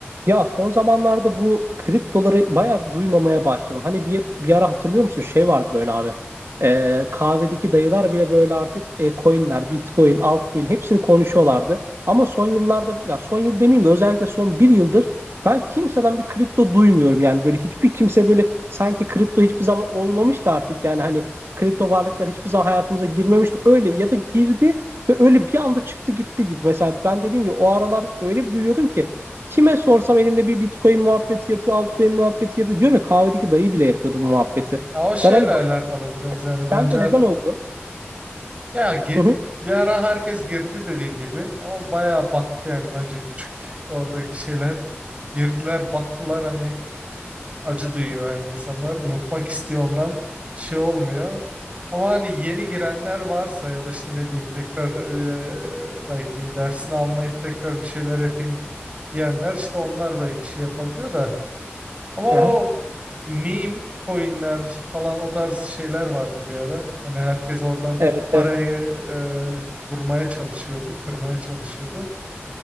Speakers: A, on the right; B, on the right.
A: Ya son zamanlarda bu kriptoları bayağı bir duymamaya başladım. Hani bir, bir ara hatırlıyor musun? Şey vardı böyle abi. Ee, kahvedeki dayılar bile böyle artık e, coinler, Bitcoin, altcoin hepsini konuşuyorlardı. Ama son yıllarda ya son yıl demeyeyim de özellikle son bir yıldır ben kimseden bir kripto duymuyorum. Yani böyle hiçbir kimse böyle sanki kripto hiçbir zaman olmamıştı artık yani hani kripto varlıklar hiçbir zaman hayatımıza girmemişti. Öyle bir ya da girdi ve öyle bir anda çıktı gitti gibi. Mesela ben dediğim gibi o aralar öyle bir duyuyordum ki Kime sorsam elinde bir Bitcoin muhabbeti yapıyor, altcoin muhabbeti yapıyor. Diyorum ya kahvedeki dayı bile yapıyordu bu muhabbeti.
B: Ya o şeyle
A: Ben hani
B: alakalı
A: bayılıp
B: biraz
A: başladım.
B: yani
A: Sence
B: bence
A: neden
B: art-
A: oldu?
B: ya gir-
A: Hı hı.
B: bir ara herkes girdi dediğin gibi ama bayağı battı yani bence küçük oradaki şeyler girdiler battılar hani acı duyuyor yani insanlar unutmak istiyor ondan şey olmuyor. Ama hani yeni girenler varsa ya da işte ne bileyim tekrar eee, belki dersini almayıp tekrar bir şeyler yapayım diyenler işte onlar belki şey yapabiliyor da Ama o
A: Aha,
B: meme coinler falan o tarz şeyler vardı bir ara. Hani herkes oradan
A: evet
B: parayı
A: evet.
B: e, vurmaya çalışıyordu, kırmaya çalışıyordu.